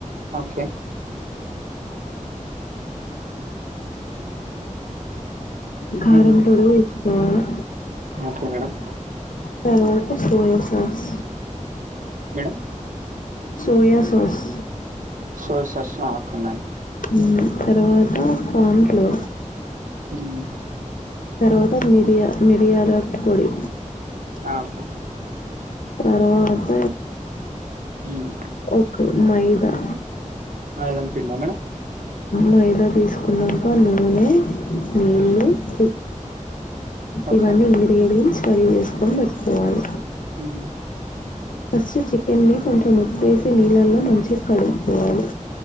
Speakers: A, on the right (about 80°); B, on the left (about 85°).
A: ఓకే
B: కారం
A: మ్మ్
B: పోడి వేసుకోవాలే
A: ఓకే మేడం
B: తర్వాత సో పస్
A: madam
B: soya sauce
A: soy sauce ఆ ఒక్క ఉన్నాయి
B: ఉ తర్వా దాంట్లో
A: మ్మ్
B: తర్వాత మిరియా మిరియాల పొడి
A: ఆకు
B: తర్వాత
A: ఉమ్
B: ఒక మై త
A: మైదం పిండా మేడం
B: మైదా తీసుకున్నాంక నూనె నీళ్ళు
A: ఆ,
B: ఉప్పు
A: ఓకే
B: ఇవన్నీ ఇంగ్రియట్స్ రెడీ చేసుకొని పెట్టుకోవాలి
A: ఉమ్
B: ఫస్ట్ చికెన్ ని కొంచెం ఉప్పుేసి నీళ్ళల్లో మంచిగా కడుక్కొవాలి